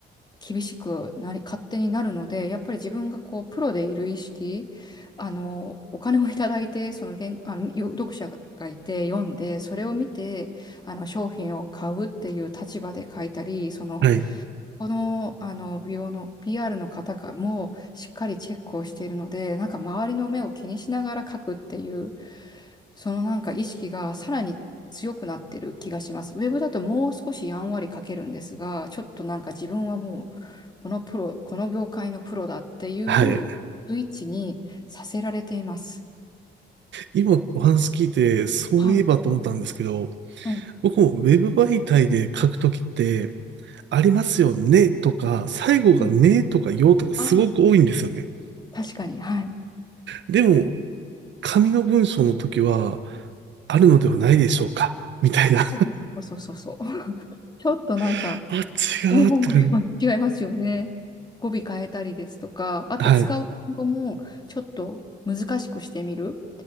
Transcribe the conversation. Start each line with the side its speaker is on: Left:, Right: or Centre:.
Left: 厳しくなり、勝手になるので、やっぱり自分がこうプロでいる意識、あのお金をいただいて、その原、あの読者がいて読んで、それを見て、あの商品を買うっていう立場で書いたり、その、
Right: はい。
Left: この、あの美容の PR の方かもしっかりチェックをしているので、なんか周りの目を気にしながら書くっていう、そのなんか意識がさらに強くなってる気がします。ウェブだともう少しやんわり書けるんですが、ちょっとなんか自分はもうこのプロ、この業界のプロだっていうスイッチにさせられています。
Right: はい。今お話聞いて、そういえばと思ったんですけど、
Left: はい。はい。
Right: 僕もウェブ媒体で書くときって、ありますよねとか、最後がねとかよとかすごく多いんですよね。
Left: うん。ああ、確かに。はい。
Right: でも、紙の文章の時は、あるのではないでしょうかみたいな。
Left: そうそうそうそうそう。ちょっとなんか、
Right: <laughs> あ、違うって。
Left: 日本語でも違いますよね。語尾変えたりですとか、あと使う単語もちょっと難しくしてみる
Right: はい。